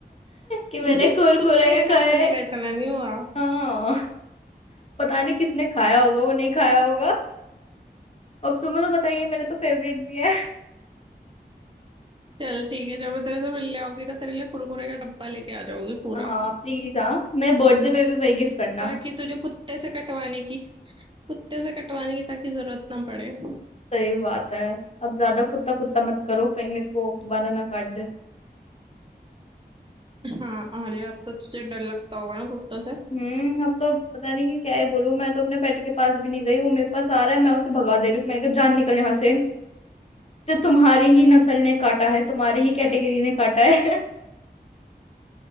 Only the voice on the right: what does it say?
<laughs>
कुत्ते का
काटने का इतना नहीं हुआ
चल ठीक है जब मैं तेरे से मिलने आऊंगी ना तेरे लिए कुरकुरे का डब्बा लेके आ जाऊंगी पूरा
ताकि तुझे कुत्ते से कटवाने की कुत्ते से कटवाने की ताकि जरूरत ना पड़े
हाँ अरे अब तो तुझे डर लगता होगा ना कुत्तों से